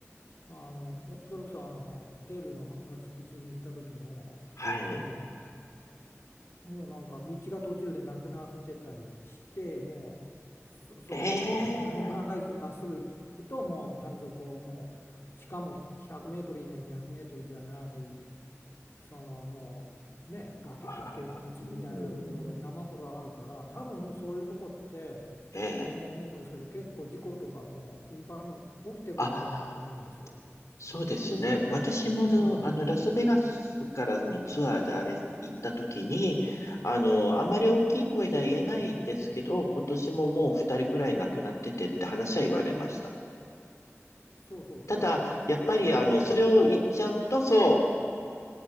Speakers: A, on the left; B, on the left.
A: まあ、あのほそれこそあのペルーのママチュピチュに行った時もその
B: はい。
A: もうなんか道が途中でなくなってたりしてもうそ、その道を
B: ええ。
A: <laughs> 何も考えずにまっすぐ行くともう谷底もうしかも100メートル以内に200メートルじゃない。そのもうね崖、
B: あらうん。
A: 崖っぷちみたいなところが山ほどあるから多分そういうとこって
B: ええ。
A: 僕も思うんですけど結構事故とかも頻繁に起きてるんだろうなと思うんですよ。
B: あそうですね。私もど、
A: うん、
B: あの、ラスベガスからのツアーであれ行った時に、あの、あんまり大きい声では言えないですけど、今年ももう二人ぐらい亡くなっててって話は言われました。
A: そうそうだから
B: ただ、やっぱり、
A: それを言うと
B: あの、それを言っちゃうと、そ